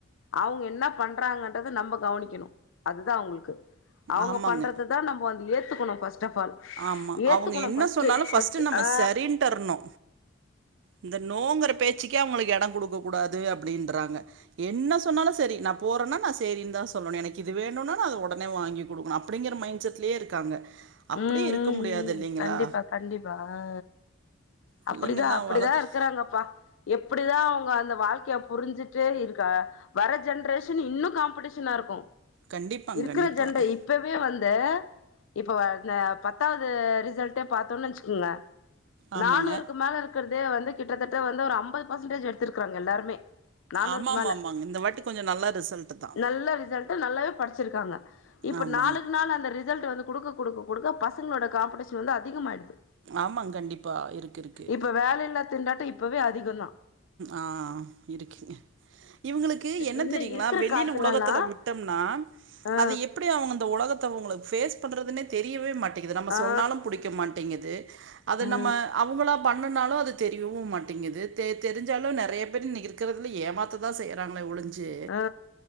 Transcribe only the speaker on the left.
அவுங்க இன்ன பண்றாங்கன்றத நம்ப கவனிக்கணு அதுதா அவுங்களுக்கு அவுங்க
பண்றது தா நம்ப வந்து ஏத்துக்குணு ஃபர்ஸ்ட ஆஃப் ஆல்
ஏத்துக்கணு
ஃபஸ்ட்டு
ஃபஸ்ட்டு
ஆ
ம்
ம்
ம்
கண்டிப்பா கண்டிப்பா ஆ
அப்டிதா அப்டிதா
இருக்கறாங்கப்பா எப்பிடிதா அவுங்க அந்த வாழ்க்கைய புரிஞ்சுட்டு இருக்கா வர ஜென்ரேஷன் இன்னு காம்படிஷனா இருக்கு
இருக்கிற
ஜென்ர இப்பவே வந்து இப்ப இந்த பத்தாவது ரிசல்டே பாத்தோனு வச்சுக்குங்க
நானூறுக்கு மேல இருக்கிற்தே வந்து கிட்டத்தட்ட வந்து ஒரு ஐம்பது பர்சன்டேஜ் எடுத்திருக்கிறாங்க எல்லாருமே நானூறுக்கு
மேல
நல்ல ரிசல்ட்டு நல்லாவே படிச்சிருக்காங்க இப்ப
நாளுக்கு நாள் அந்த ரிசல்ட்டு வந்து குடுக்க குடுக்க குடுக்க பசங்களோட காம்படிஷன் வந்து அதிகமாயிடுது.
இப்ப வேல இல்லா திண்டாட்டோ இப்போவே அதிகோதா
இல்ல
இருக்கிற
காத்துலல்லா
ஆ
ஆ
ஆ
ஆ